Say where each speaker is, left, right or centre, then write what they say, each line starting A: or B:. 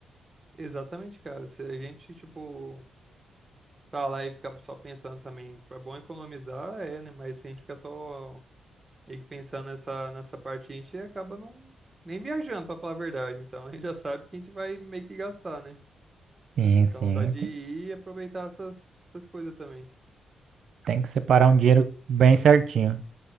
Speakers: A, on the right; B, on the right.
A: Exatamente, cara. Se a gente, tipo, tá lá e ficar só pensando também, tipo, é bom economizar, é, né? Mas se a gente ficar só E que pensando nessa, nessa parte, a gente acaba não nem viajando, pra falar a verdade. Então, <laughs> a gente já sabe que a gente vai meio que gastar, né?
B: Sim,
A: Então,
B: sim,
A: dá de
B: tem,
A: ir e aproveitar essas, essas coisas também.
B: tem que separar um dinheiro bem certinho.